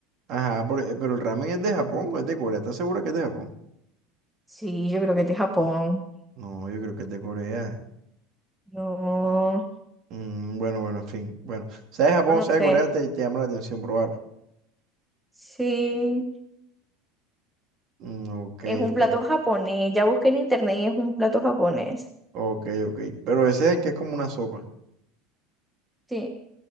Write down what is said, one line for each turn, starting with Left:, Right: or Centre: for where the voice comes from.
Right: Ajá, por- eh, pero el ramen es de Japón o es de Corea. ¿Estás segura que es de Japón?
Centre: Sí, yo creo que es de Japón.
Right: No, yo creo que es de Corea.
Centre: No,
Right: Mm, bueno, bueno, en fin. Bueno, sea de Japón
Centre: o no
Right: sea
Centre: sé.
Right: de Corea, te, te llama la atención probarlo.
Centre: Sí,
Right: Mm, ok,
Centre: es un
Right: ok.
Centre: plato japonés. Ya busqué en internet y es un plato japonés.
Right: Ok, ok. Pero ese es el que es como una sopa.
Centre: Sí.